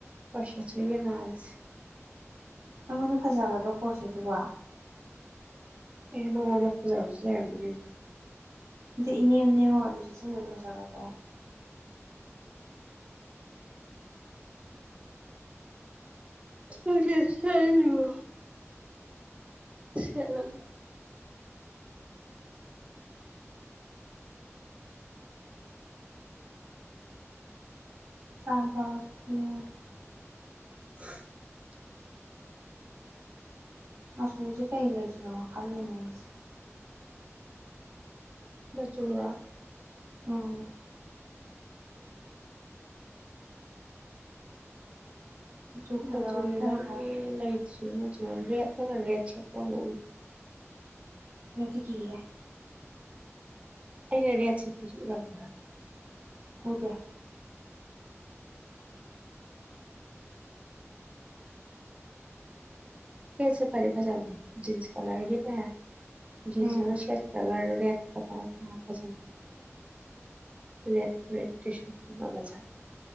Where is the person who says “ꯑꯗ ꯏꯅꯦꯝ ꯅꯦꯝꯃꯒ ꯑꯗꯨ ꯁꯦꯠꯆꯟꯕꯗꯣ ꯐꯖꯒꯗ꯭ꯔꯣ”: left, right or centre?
Right